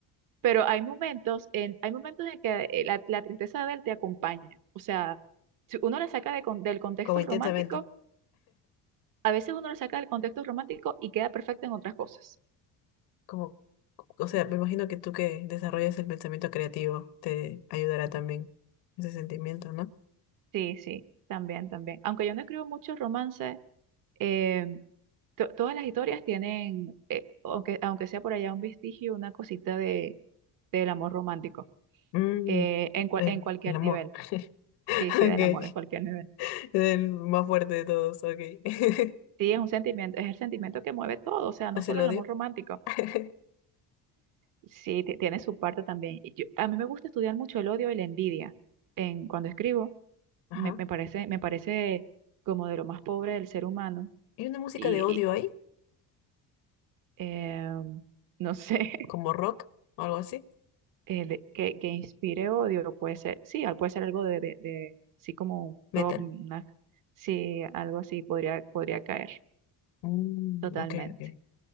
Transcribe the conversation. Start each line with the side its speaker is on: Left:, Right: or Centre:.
Right: Pero hay momentos en, hay momentos en que eh, la, la tristeza de Adele te acompaña. O sea, si uno la saca de con- del contexto
Left: Como intensamente.
Right: romántico a veces uno lo saca del contexto romántico y queda perfecto en otras cosas.
Left: Como, o sea, me imagino que tú que desarrollas el pensamiento creativo te ayudará también ese sentimiento, ¿no?
Right: Sí, sí, también, también. Aunque yo no escribo muchos romances, eh, to- todas las historias tienen, eh, aunque, aunque sea por allá un vestigio, una cosita de, del amor romántico,
Left: Mm,
Right: eh, en, cual-
Left: el,
Right: en cualquier
Left: el amor.
Right: nivel.
Left: <laughs>
Right: Sí,
Left: Ok.
Right: sí, del amor en cualquier nivel.
Left: El más fuerte de todos, ok. <laughs>
Right: Sí, es un sentimiento, es el sentimiento que mueve todo, o sea, no
Left: ¿Es
Right: solo
Left: el odio?
Right: el amor romántico.
Left: <laughs>
Right: Sí, ti- tiene su parte también. Y yo- a mí me gusta estudiar mucho el odio y la envidia en, cuando escribo
Left: Ajá.
Right: me, me parece, me parece como de lo más pobre del ser humano
Left: ¿Y una música
Right: y,
Left: de odio
Right: y,
Left: ahí?
Right: eh, no sé,
Left: ¿Como rock o algo así?
Right: <laughs> el que, que inspire odio puede ser, sí, al- puede ser algo de, de, de- sí, como un
Left: Metal.
Right: rob, una, sí, algo así podría, podría caer
Left: Mm,
Right: totalmente.
Left: ok, ok.